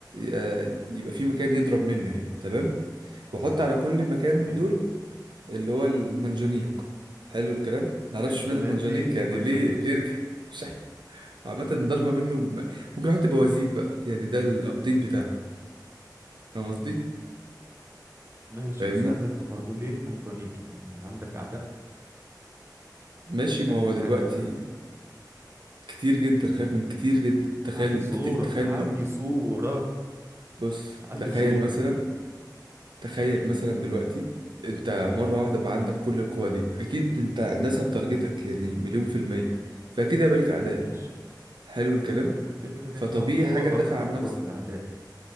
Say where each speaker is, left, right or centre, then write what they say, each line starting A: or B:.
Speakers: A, on the right; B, on the right.
A: آه، يبقى في مكان يضرب منه يعني تمام واحط على كل مكان
B: تمام
A: من دول اللي هو المنجنيق حلو الكلام معرفش
B: يا سلام
A: اشمعنى المنجنيق
B: ليه ليه
A: يعني
B: منجنيق
A: ليه ليه رجع <laughs> مش عارف عامة ضربة منه ب- ممكن احط بوازيك بقى يعني ده الابديت بتاعه فاهم قصدي؟
B: ماشي
A: فاهمني؟
B: بس عايز افهم برضو ليه المنجنيق يعني عندك اعداء
A: ماشي
B: خايف
A: ما هو
B: من
A: دلوقتي
B: حاجه حضرتك
A: كتير جدا خايف من كتير جدا تخيل
B: علي صورك
A: ت- تخيل
B: علي
A: مر...
B: صورك
A: بص
B: علي
A: تخيل
B: صورك
A: مثلا تخيل مثلا دلوقتي انت مرة واحدة بقى عندك كل القوى دي اكيد انت الناس هتارجتك يعني مليون في المية فاكيد هيبقى ليك اعداء
B: ماشي
A: حلو الكلام
B: ما هو انت الفكر ان
A: فطبيعي
B: انت معاك قوة
A: حاجة
B: تقهر
A: تدافع عن
B: كل
A: نفسك
B: الاعداء